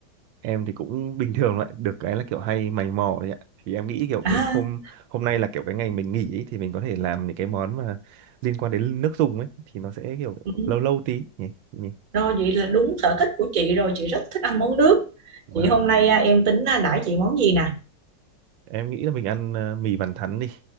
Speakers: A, on the right; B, on the right.
A: em thì cũng bình thường lại được cái là kiểu hay mày mò đấy ạ. Thì em nghĩ kiểu
B: À,
A: cái hôm hôm nay là kiểu cái ngày mình nghỉ ấy, thì mình có thể làm những cái món mà liên quan đến nước dùng ấy thì nó sẽ kiểu
B: ừ.
A: lâu lâu tí nhỉ. nhỉ.
B: Rồi vậy là đúng sở thích của chị rồi, chị rất thích ăn món nước.
A: Vâng,
B: Thì hôm nay à, em tính à, đãi chị món gì nè?
A: em nghĩ là mình ăn ờ, mì bàn thắn đi.